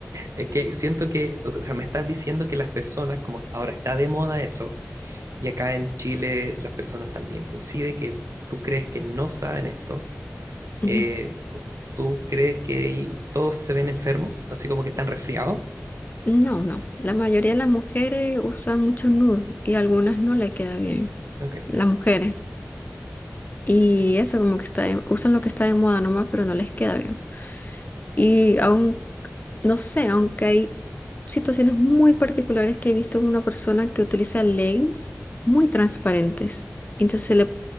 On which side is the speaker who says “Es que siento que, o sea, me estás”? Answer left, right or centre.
Right